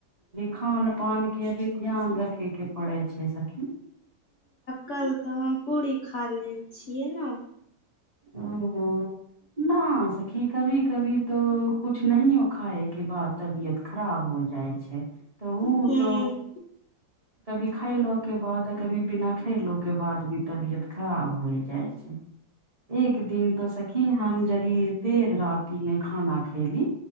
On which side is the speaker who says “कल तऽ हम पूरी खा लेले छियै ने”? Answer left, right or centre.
Left